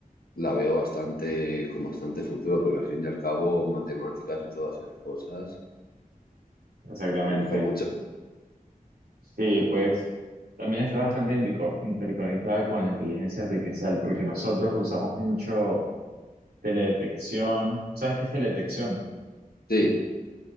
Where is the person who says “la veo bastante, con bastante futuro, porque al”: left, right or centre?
Left